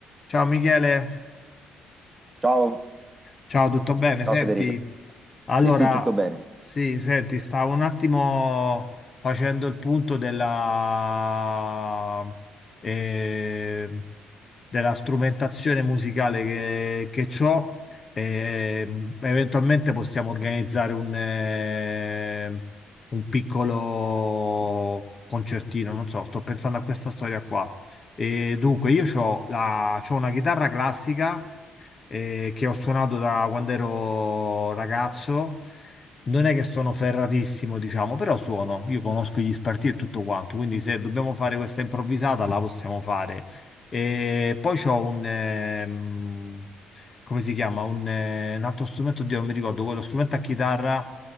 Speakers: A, on the left; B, on the right.
A: Ciao Michele,
B: Ciao,
A: ciao, tutto bene?
B: ciao
A: Senti,
B: Federico.
A: allora,
B: Sì, sì, tutto bene.
A: sì, senti, stavo un attimo facendo il punto della, eh, della strumentazione musicale che, che c'ho. e, eventualmente possiamo organizzare un, eh, un piccolo concertino, non so, sto pensando a questa storia qua. E dunque, io ho una chitarra classica eh, che ho suonato da quando ero ragazzo. Non è che sono ferratissimo, diciamo, però suono. Io conosco gli spartiti e tutto quanto, quindi se dobbiamo fare questa improvvisata la possiamo fare. E poi c'ho un... ehm, come si chiama? Un, eh, un altro strumento, oddio, non mi ricordo, quello strumento a chitarra,